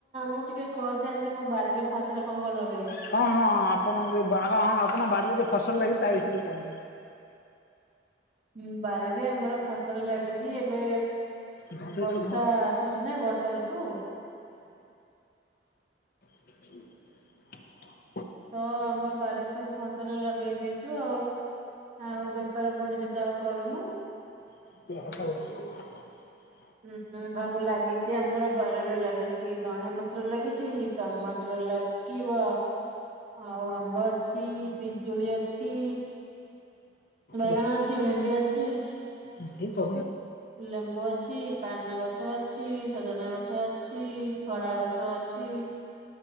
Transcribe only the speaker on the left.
ହଁ ହଁ ଆପଣ ଯୋଉ ବା ହଁ ହଁ ଆପଣ ବାରି ରେ ଯୋଉ ଫସଲ ଲାଗିଚି ତା ବିଷୟରେ କୁହନ୍ତୁ।
ଧର ଏଇଟାକୁ
ଧର।
<unintelligible>
<unintelligible>
ହୁଁ।
ଆଚ୍ଛା